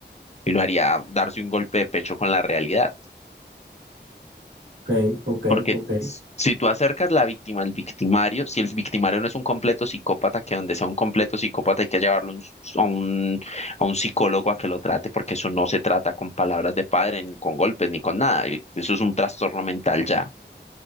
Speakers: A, on the left; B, on the right.
A: y lo haría darse un golpe de pecho con la realidad.
B: Ok, ok,
A: Porque
B: ok.
A: s- si tú acercas la víctima al victimario, si el victimario no es un completo psicópata, que donde sea un completo psicópata hay que llevarlo un s- a un, a un psicólogo a que lo trate, porque eso no se trata con palabras de padre, ni con golpes, ni con nada. el- Eso es un trastorno mental ya.